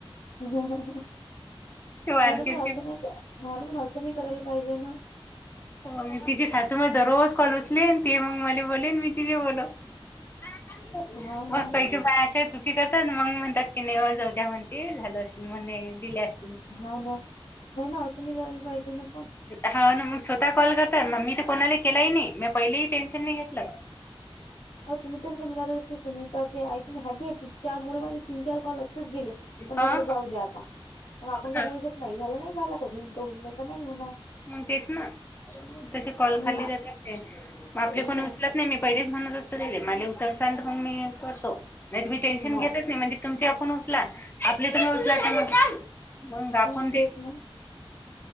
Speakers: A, on the left (about 80°); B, on the left (about 20°).
A: मला
B: मार्केटची
A: पण असं नाही, <unintelligible> मला पण असं नाही करायला पाहिजे ना.
B: म तिची सासू म दररोज कॉल उचले ते मग मला बोले मी तिजे बोल. <unintelligible>
A: हाव ना,
B: बाय अशेच. करतात मग म्हणतात की नाही हो जाऊ द्या म्हणती झालं असं म्हणे दिल्यात.
A: हाव ना, नाही ना असली करायला जायचे ना पण.
B: हा ना मग स्वतः कॉल करता मग मी कोणाला केलाही नाही मी पहिलेही टेन्शन नाही घेतलं.
A: तोच विचार करून <unintelligible> तिच्या मुळे माझे तीन चार कॉल असेच गेले पण म्हटलं
B: हा
A: जाऊ द्या आता, मग आपण का
B: हा
A: बोलू शक नाही झालं नाही झाला का होईन त होईन नाही तर नाही होणार.
B: मग तेच ना, तसे कॉल
A: हम्म
B: खाली
A: आ
B: राहत्यात काय, आपले
A: तेच
B: कोणी
A: ना
B: उचलत नाही मी पहिलेच म्हणत असतो त्याले मला उचलसाल मग मी करतो नाही त मी टेन्शन
A: हो
B: घेतच नाही म्हणजे तुमची आपण उचला, आपली तुम्ही उचला <unintelligible> मग
A: हम
B: आपण
A: तेच
B: ते
A: ना.